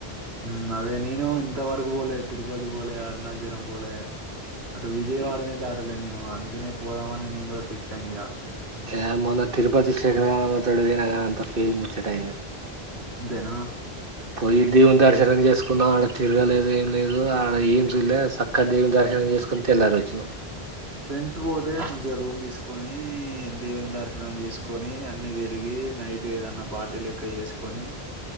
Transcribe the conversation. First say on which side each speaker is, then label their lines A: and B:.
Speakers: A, on the right (about 90°); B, on the right (about 60°).
A: ఉమ్ అదే నేను ఇంతవరకు పోలే తిరుపతి పోలే అరుణాచలం పోలే అటు విజయవాడనే
B: ఈ-
A: దాడులేనే అందుకనే పోదామని నేను కూడా ఫిక్స్ అయిన ఇగా
B: ఏ మొన్న తిరుపతి శేఖరగానోల్ల తోటి పోయిన కదా అంత ఫీల్ ముచ్చటయి
A: అంతేనా
B: పోయి దేవుని దర్శనం చేసుకున్నా ఆడ తిరగలేదు ఏం లేదు ఆడ ఏం చూళ్ళేదు చక్కా దేవుని దర్శనం చేసుకొని తెల్లారు వచ్చినా
A: ఫ్రెండ్స్ పోతే మంచిగా రూమ్ తీసుకొని దేవుని దర్శనం చేసుకొని అన్ని తిరిగి నైట్ ఏదన్నా పార్టీ లెక్క చేసుకొని